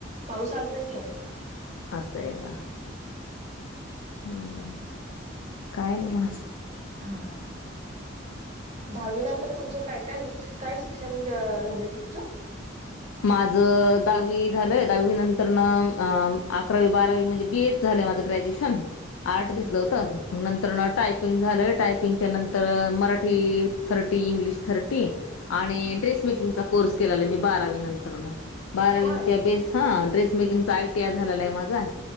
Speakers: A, on the right (about 35°); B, on the left (about 85°).
A: पाऊस आज नाहीये.
B: असं आहे का हम्म काय ना माझ
A: हा दहावी नंतर तुमचं काय काय काय शिक्षण ग झाले तुमचं
B: माझ दहावी झालंय, दहावी नंतर मंग अकरावी बारावी म्हणजे बीए च झा माज ग्रॅज्युशन आर्ट्स
A: हम्म
B: घेतलं होत नंतर
A: हम्म
B: ना टायपिंग झालं टायपिंग त्याच्या नंतर मराठी थर्टी इंग्लिश थर्टी आणि
A: हा
B: ड्रेस मेकिंगचा कोर्स केलेला मी बारावी नंतर मग बारावीच्या
A: होय
B: बेस हं. ड्रेस मेकिंगचा आयटीआ झालेला आहे, माझा